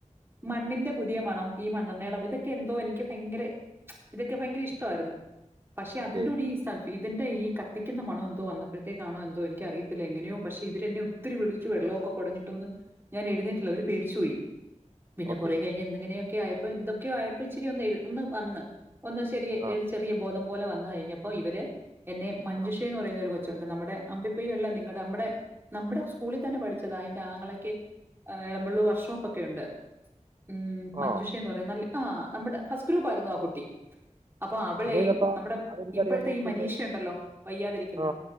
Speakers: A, on the right (about 20°); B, on the right (about 40°).
A: മണ്ണിന്റെ പുതിയ മണം ഈ മണ്ണണ്ണേടേ ഇതൊക്കെ എന്തോ എനിക്ക് ഫ് ഭയങ്കര ഇതൊക്കെ ഭയങ്കര ഇഷ്ടാരുന്നു. പക്ഷേ
B: ഓക്കെ
A: അതിന്റെ കൂടെ ഈ സൾഫ് ഇതിന്റെ ഈ കത്തിക്കുന്ന മണോ എന്തോ വന്നപ്പോഴത്തേക്കാണോ എന്തോ എനിക്കറിയത്തില്ല എങ്ങനെയോ പക്ഷേ ഇവരെന്നെ ഒത്തിരി വിളിച്ചു വെള്ളൊക്കെ കുടഞ്ഞിട്ടൊന്നും ഞാൻ എഴുന്നേറ്റില്ല അവര് പേടിച്ചു പോയി. പിന്നെ
B: ഓക്കെ
A: കൊറെ കഴിഞ്ഞ് എന്തങ്ങനെയൊ ക്കെയായപ്പോ എന്തൊക്കെയോ ആയപ്പോ ഇച്ചരി ഒന്ന് എഴുതുന്നെ വന്ന്. എന്നാ ശരിയേ
B: ആ
A: ഒരു ചെറിയ <unintelligible> <unintelligible> പോലെ വന്നു കഴിഞ്ഞപ്പോ ഇവര് എന്നെ മഞ്ജൂഷേന്ന്
B: ആ
A: പറയുന്ന ഒരു കൊ കൊച്ചൊണ്ട്. നമ്മുടെ അമ്പിപൊയ്യെയുള്ള നിങ്ങടെ നമ്മടെ നമ്മുടെ സ്കൂളി തന്നെ പഠിച്ചതാ. അതിൻ്റെ ആങ്ങളക്ക് എളമ്പള്ളൂർ വർക്ക്ഷോപ്പ് ഒക്കെ ഒണ്ട്. ഉം മഞ്ജുഷേന്ന്
B: ആ
A: പറയും. നല്ല ആ നമ്മുടെ ഫസ്റ്റ് ഗ്രൂപ്പ് ആയിരുന്നു ആ കുട്ടി. അപ്പൊ അവളെയും,
B: അതേതപ്പാ
A: നമ്മുടെ
B: അതെനിക്കറിയാവുന്നതായിരിക്കുമല്ലേ
A: ഇപ്പഴ്ത്തെ ഈ മനീഷ ഒണ്ടല്ലോ വയ്യാതിരിക്കുന്ന,
B: ആ